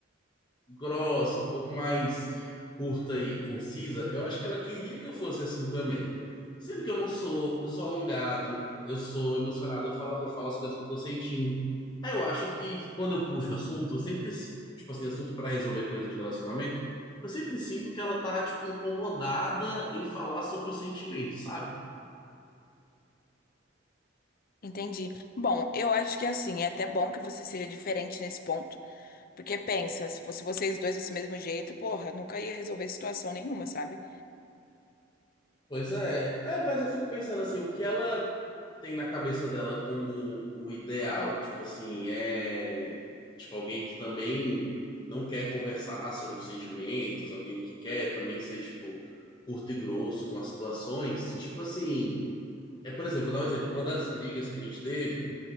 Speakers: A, on the left (about 25°); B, on the left (about 45°).
A: grossa, um pouco mais curta e concisa, eu acho que ela queria que eu fosse assim também. Sendo que eu não sou, eu sou alongado, eu sou emocionado, eu falo, eu falo as coisas que eu tô sentindo. Aí eu acho que quando eu puxo assunto, eu sempre, tipo assim, assunto pra resolver coisa de relacionamento, eu sempre sinto que ela tá, tipo, incomodada em falar sobre o sentimento, sabe?
B: entendi. Bom, eu acho que assim, é até bom que você seja diferente nesse ponto. Porque pensa, se fosse vocês dois desse mesmo jeito, porra, nunca ia resolver situação nenhuma, sabe?
A: Pois é. É, mas eu fico pensando assim, o que ela tem na cabeça dela como o ideal? Tipo assim, é tipo alguém que também não quer conversar sobre os sentimentos, alguém que quer também ser tipo curto e grosso com as situações. Tipo assim, é, por exemplo, vou dar um exemplo. Uma das brigas que a gente teve